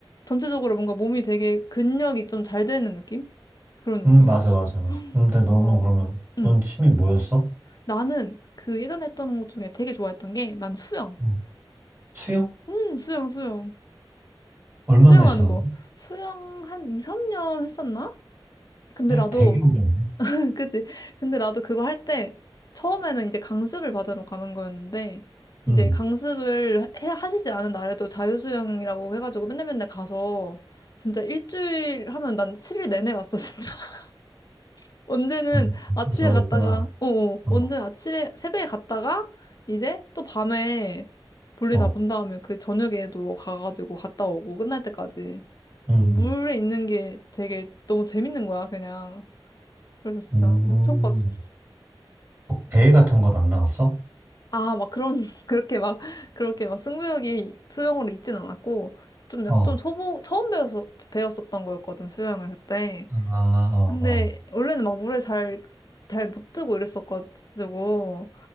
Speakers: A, on the left; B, on the right.
A: 전체적으로 뭔가 몸이 되게 근력이 좀 잘 되는 느낌? 그런 느낌이었어.
B: 음, 맞아, 맞아, 맞아. 근데 너는
A: 어.
B: 그러면,
A: 음.
B: 넌 취미 뭐였어?
A: 나는 그 예전에 했던 것 중에 되게 좋아했던 게, 난 수영.
B: 음. 수영?
A: 음, 수영, 수영.
B: 얼마나
A: 수영하는
B: 했었는데?
A: 거. 수영 한 2, 3년 했었나? 근데 나도,
B: 되게 오래 했네.
A: <laughs> 그치? 근데 나도 그거 할 때, 처음에는 이제 강습을 받으러 가는 거였는데, 이제
B: 음,
A: 강습을 해, 하시지 않은 날에도 자유수영이라고 해가지고 맨날 맨날 가서, 진짜 일주일 하면 난 7일 내내 갔어, 진짜. <laughs> 언제는
B: 음,
A: 아침에
B: 좋아했구나.
A: 갔다가, 어어,
B: 어,
A: 언제는 아침에, 새벽에 갔다가, 이제 또 밤에 볼일
B: 어,
A: 다 본 다음에 그 저녁에도 가가지고 갔다 오고, 끝날 때까지.
B: 음,
A: 물에
B: 음.
A: 있는 게 되게 너무 재밌는 거야, 그냥. 그래서 진짜
B: 음,
A: 엄청 빠졌었어, 진짜.
B: 뭐 대회
A: 음.
B: 같은 건 안 나갔어?
A: 아, 막 그런, <laughs> 그렇게 막, 그렇게 막 승부욕이 수영으로 있진 않았고, 좀 약간
B: 어,
A: 좀 초보, 처음 배웠어, 배웠었던 거였거든, 수영을 그때.
B: 아, 어,
A: 근데
B: 어,
A: 원래는 막 물에 잘, 잘 못 뜨고 이랬었가지고,